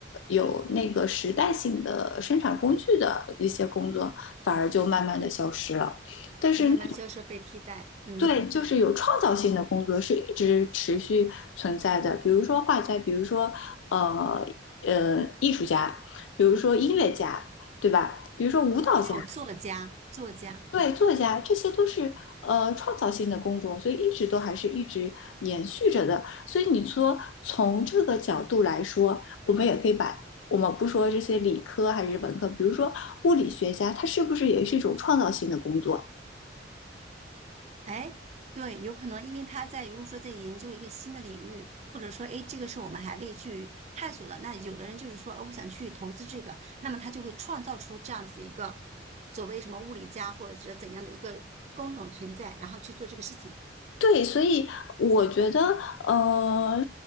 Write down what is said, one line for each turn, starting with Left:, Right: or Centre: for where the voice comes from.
Left: 有那个时代性的生产工具的一些工作，反而就慢慢的消失了。但是那
Right: 就慢慢消失被替代。嗯，
Left: 对，就是有创造性的工作是一直持续存在的，比如说画家，比如说呃呃艺术家，比如说音乐家，对吧？比如说舞蹈家，
Right: 还有作家，作家。
Left: 对，作家，这些都是呃创造性的工种，所以一直都还是一直延续着的。所以你说从这个角度来说，我们也可以把我们不说这些理科还是文科，比如说物理学家，他是不是也是一种创造性的工作？
Right: 哎，对，有可能，因为他在如果说在研究一个新的领域，或者说，哎，这个是我们还未去探索的，那有的人就是说，呃我想去投资这个，那么他就会创造出这样子一个所谓什么物理家或者是怎样的一个工种存在，然后去做这个事情。
Left: 对，所以我觉得，呃，